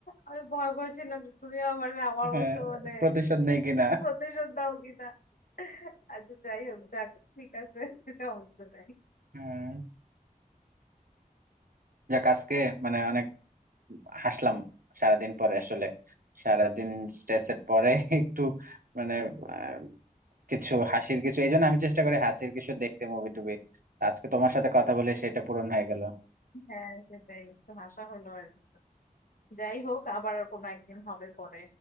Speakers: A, on the left (about 70°); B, on the right (about 70°).
A: আমি ভয় ভয় ছিলাম যে তুমি আবার আমার
B: হ্যাঁ
A: মতো মানে
B: প্রতিশোধ নেই কিনা
A: প্রতিশোধ দাও কিনা আচ্ছা যাই হোক যাক ঠিক আছে সমস্যা নাই
B: হ্যাঁ যাক আজকে মানে অনেক হাসলাম সারাদিন পরে আসলে সারাদিন স্ট্রেসের পরে একটু মানে আহ, কিছু হাসির কিছু এই জন্য আমি চেষ্টা করি হাসির কিছু দেখতে মুভি টুবি আজকে তোমার সাথে কথা বলে সেটা পূরণ হয়ে গেল
A: হ্যাঁ সেটাই একটু হাসা হলো আর কি। যাই হোক আবার কোনো একদিন হবে পরে